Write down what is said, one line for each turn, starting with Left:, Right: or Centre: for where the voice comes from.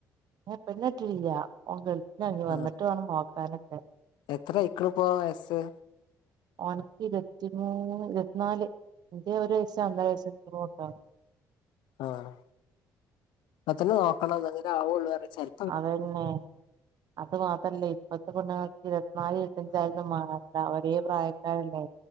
Right: ഹേ പെണ്ണട്ടില്ല്യ ഓം ഗെൾഫിലാണ് വന്നിട്ട്
Left: ആ
Right: വേണം നോക്കാനൊക്കെ
Left: എത്ര അയക്കണിപ്പോ വയസ്സ്
Right: ഓൻക്ക് ഇരത്തിമൂന്ന് ഇരത്ത്ന്നാല് ഇൻ്റെ ഒരഴ്സ് ഒന്നരയ്സ് <unintelligible>
Left: ആഹ് അത്ത്ന് നോക്കണം ന്നെങ്കിലേ ആളുള്ളൂ അറിം ചെൽ
Right: അതെന്നെ അത് മാത്രല്ലേ ഇപ്പത്തെ പെണ്ണ്ങക് ഇരുവത്ത്നാല് ഇരുവത്താഞ്ചായോണ്ട് മാങണ്ട ഒരേ പ്രായക്കാരല്ലേ